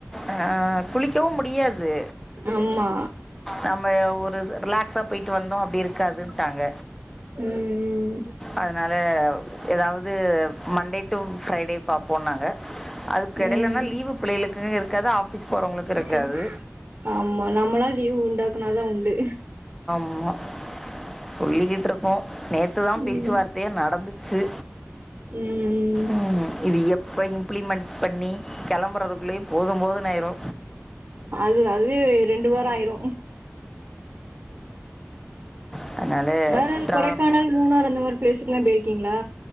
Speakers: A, in the centre; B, on the right (about 45°).
A: ஆ ஆ குளிக்கவு முடியாது
B: ஆமா
A: நம்ம ஒரு ரிலாக்ஸா போயிட்டு வந்தோ அப்டி இருக்காதுன்ட்டாங்க
B: ம்
A: அதனால ஏதாவது மண்டே டு ஃப்ரைடே பாப்போன் ங்க அதுக்கெடைலன்னா
B: ம்
A: லீவு பிள்ளைகளுக்கு இருக் <unintelligible> ஸ் போறவங்களுக்குருக்காது
B: இருக்காது ஆமா நம்லா லீவு உண்டாக்குனாதா உண்டு
A: ஆமா சொல்லிக்கிட்ருக்கோ நேத்துதா பேச்சுவார்த்தையே
B: ம்
A: நடந்துச் ச்சு
B: ம்
A: ம் இது இப்பயு இம்ளிமண்ட் பண்ணி கெலம்புறதுக் குள்ளயு போது போதுனு ஆயிரு
B: அதுவே ரெண்டு வாரோ ஆயிரு
A: ம் அதனால
B: வேறது
A: குற்றாலம்
B: கொடைக்கானல் மூணார் அந்த மாதிரி பிளேஸுக்குலா போயிருக்கீங்களா